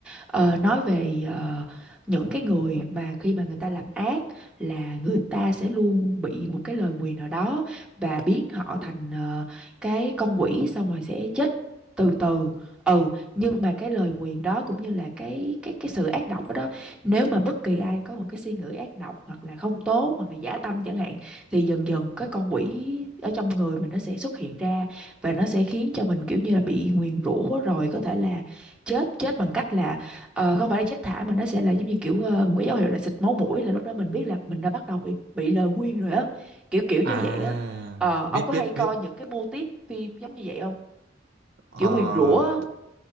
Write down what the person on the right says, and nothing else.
à
biết
biết
biết
Ờ,